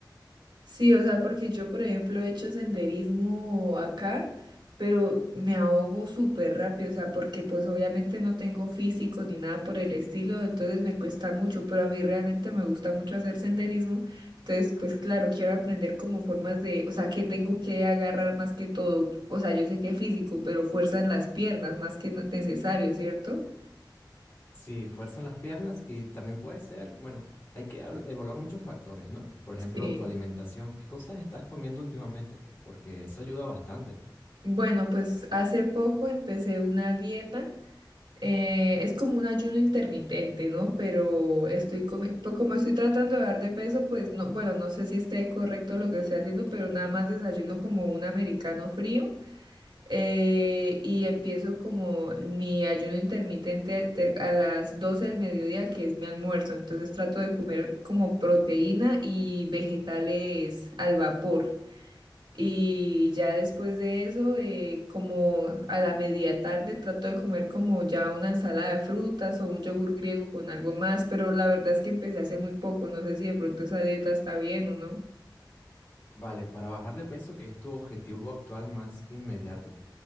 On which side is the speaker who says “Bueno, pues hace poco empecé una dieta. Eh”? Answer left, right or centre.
Right